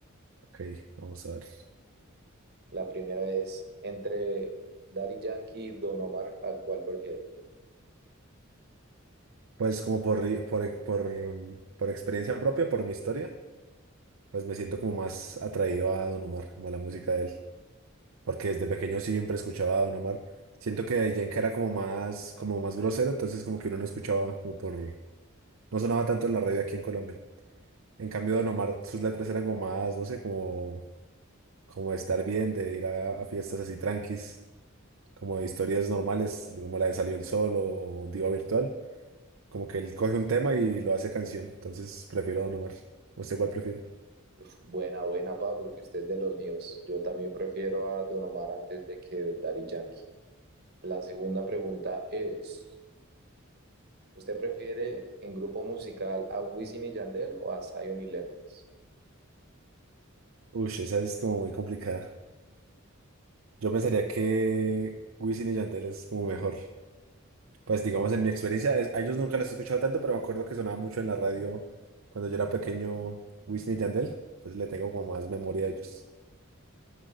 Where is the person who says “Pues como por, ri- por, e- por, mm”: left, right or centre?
Right